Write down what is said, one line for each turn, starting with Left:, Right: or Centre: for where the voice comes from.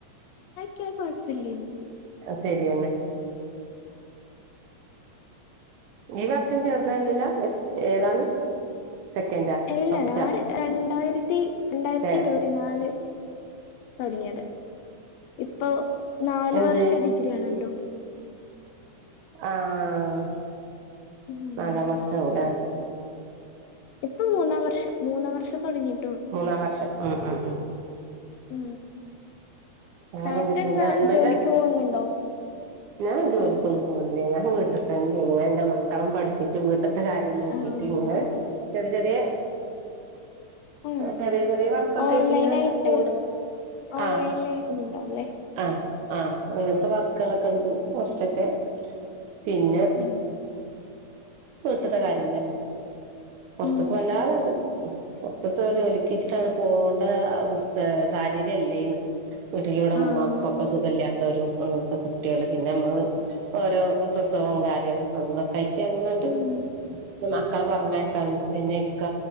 Left: ക്യാ കൊഴപ്പല്ലൃ-
Right: ശരി എന്നേ- ഈ വർഷം ചേർന്നല്ലല്ല ഏതാണ്. സെക്കൻഡാ
Left: എല്ലടാ
Right: ഫസ്റ്റാ
Left: രണ്ടായിരത്തി രണ്ടായിരത്തി
Right: തേർഡ്
Left: ഇരുപത്തി നാല്- തുടങ്ങിയത് ഇപ്പൊ നാല്
Right: എന്ത്
Left: വർഷ ഡിഗ്രി ആണല്ലോ-
Right: ആഹ
Left: ഉം
Right: നാലാം വർഷ ആവലേ?
Left: ഇപ്പ മൂന്നാം വർഷം മൂന്നാം വർഷം തൊടങ്ങി-
Right: മൂന്നാം വർഷം ഉം ഉം ഉം-
Left: ഉ
Right: വേറെന്തൊക്കെ
Left: താത്തെ എന്താ
Right: ഗവൺമെന്റ്
Left: ജോലിക്ക് പോകുന്നുണ്ടോ?
Right: ഞാൻ ജോലിക്കൊന്നും. പോകുന്നില്ലേ ഞാൻ വീട്ടിൽ തന്നെയാണ്. ഞാൻ എന്റെ മക്കളെ പഠിപ്പിച്ചു ഇത്തെ കാര്യം നോക്കിട്ട്
Left: ആഹ്
Right: ഇങ്ങനെ ചെറിയ ചെറിയ
Left: ഉം
Right: ചെറിയ ചെറിയ വർക്കൊക്കെ
Left: ഓൺലൈനായിട്ട്
Right: ആയിട്ടിങ്ങനെ പോണ്ട്-
Left: ഓൺലൈനില്
Right: ആഹ്
Left: ഉണ്ടാവുംല്ലേ-
Right: ആഹ് ആഹ് അങ്ങനത്തെ വർക്കുകളൊക്കെ ഉണ്ട് കുറച്ചൊക്കെ- പിന്നെ
Left: ഉം
Right: വീട്ടത്തെ കാര്യം തന്നെ- പൊറ്ത്തേക്ക്
Left: ഉം
Right: വല്ലാതണ്ട്- പുറത്തേക്ക് ജോലിക്ക് വിട്ട് പോകേണ്ട അവസ്ഥ സാഹചര്യം അല്ലേ യിന്ന്- വീട്ടില ഇവിടെ ഉമ്മാക്കും
Left: ആഹ്
Right: ഉപ്പാക്കും സുഖമല്ലാത്തവരും അങ്ങനത്തെ കുട്വേള് പിന്നെ നമ്മള് ഓരോ പ്രസവവും കാര്യവും അത് തൊക്കെ ആയിട്ട് അങ്ങനെണ്ട്-
Left: ഉം
Right: മക്കളെ പറഞ്ഞേക്കാ പിന്നെ ഇക്ക